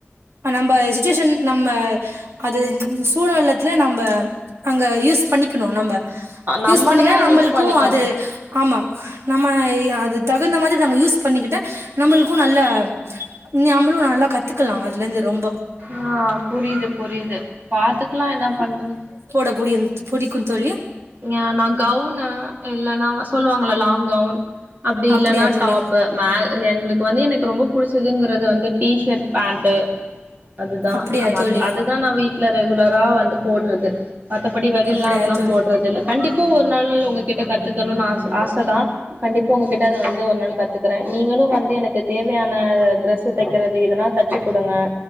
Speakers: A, on the right; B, on the right.
A: நம்ப சிச் சுச்சுஷேன் நம்ப அது சூழல்லத்திலயு நம்ப அங்க யூஸ் பண்ணிக்கணு நம்ப
B: நம்மளதா
A: யூஸ் பண்ணீங்ன்னா
B: அது
A: நம்பளுக்கு
B: இது பண்ணிக்கணு
A: அது ஆமா நம்ம அது தகுந்த மாதிரி ல்ல அவுங்க யூஸ் பண்ணிக்கிட்டா நம்பளுக்கு நல்ல நியாம்ப ளு நல்லா கத்துக்கலா அதுலருந்து ரொம்போ
B: ஆ புரியுது புரியுது பாத்துக்கலா என்ன பண்ற
A: அ புடியு புடிக்கியு தோழி
B: ஞியா நா கவுனு இல்லன்னா வ சொல்லுவாங்ஙளா லாங் கவுன் அப்டி
A: அப்படியா
B: இல்லன்னா
A: தோழி
B: டாப்பு ம எங்ளுக் இப்போ வந்து எனக்கு ரொம்ப புடிச்சதுங்கறது வந்து டிஷர்ட் பேண்ட் அதுதா
A: அப்படியா
B: ஆமா
A: தோழி
B: அதுதா நா வீட்லருக் ரெகுலரா வந்து போடுறது மத்தபடி வெளில்லா
A: அப்படியா
B: அதெல்லா
A: தோழி
B: போ டறதில்ல கண்டிப்பா ஒரு நாள் உங்ககிட்ட கத்து க்கணுன் ஆச ஆச தா கண்டிப்பா உங்ககிட்ட அத வந்து ஒரு நாள் கத்துக்கறே நீங்களு வந்து எனக் த தேவையான டிரெஸு தைக்கறது இதெல்லா தைச்சு குடுங்க